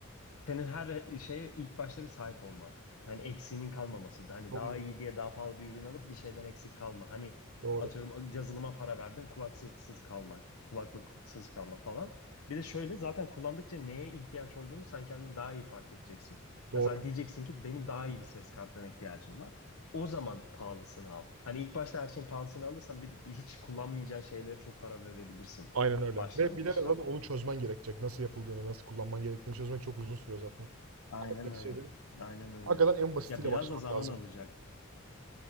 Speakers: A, on the left; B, on the right.
A: Senin her şeye ilk başta bir sahip olman. Hani eksiğinin kalmaması. Hani
B: Doğru,
A: daha iyi diye daha pahalı bir ürün alıp bir şeyden eksik kalma. Hani
B: doğru,
A: atıyorum yazılıma para verdin kulaksızsız kalma, kulaklıksız kalma falan. Bir de şöyle zaten kullandıkça neye ihtiyaç olduğunu sen kendin daha iyi fark edeceksin.
B: doğru.
A: Mesela diyeceksin ki benim daha iyi bir ses kartına ihtiyacım var. O zaman pahalısını al. Hani ilk başta her şeyin pahalısını alırsan bir, bir hiç kullanmayacağın şeylere çok para verebilirsin
B: Aynen öyle.
A: başlangıçta.
B: Ve bir de zaten onu çözmen gerekecek. Nasıl yapıldığını, nasıl kullanman gerektiğini çözmek çok uzun sürüyor zaten.
A: Aynen
B: Kompleks
A: öyle.
B: şeyleri.
A: Aynen öyle.
B: Hakikaten en basitiyle
A: Ya biraz
B: başlamak
A: da zaman
B: lazım.
A: alacak.